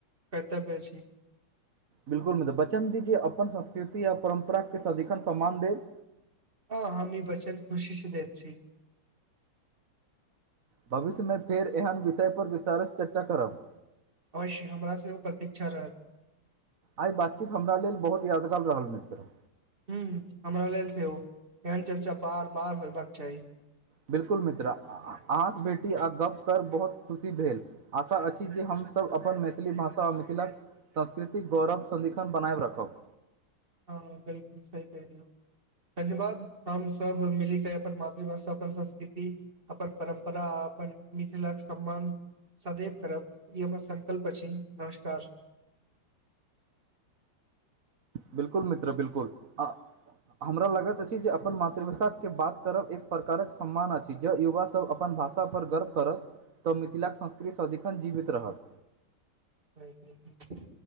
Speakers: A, on the right; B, on the right.
A: कर्तव्य छी।
B: बिलकुल बच्चन दीज अपन संस्कृति य परम्परा के सदिखन सम्मान देव
A: हँ हम ई बचन खुशी से दय छछै
B: भविष्यमे फेर एहन विषय परर विस्तारसँ चर्चा करब।
A: अवश्य हमरा सेहो प्रतीक्षा रहत।
B: आइ बातचीत हमरा लेल बहुत यादगार रहल मित्र।
A: ह हमरा लेल सेहो एहन चर्चा बार बार होयबाक चाही।
B: बिलकुल मित्रा आस बेेसी आ गप क बहुत खुशी भेल। आशा अछि जे हमसभ अपन मैथिली भाषा आ मिथिलाक सांस्कृतिक गौरव सदिन बनाएब रखब।
A: हँ बिलकुल सही कहलौ धन्यवाद हम सब मिली के अपन मातृभाषा अपन संस्कृति अपन परम्परा अपन मिथिल क सम्मान सदैव करब इ हमार संकल्प अछी नमस्कार।
B: बिलकुल मित्र बिलकुल ह हमरा लागैत अछि, जे अपन मातृभाषा के बात करब एक प्रकारक सम्मान अछि, जे युवा सब अपन भाषा पर गर्व करत तऽ मिथिलाक संस्कृति सदिखन जीवित रहत।
A: <unintelligible>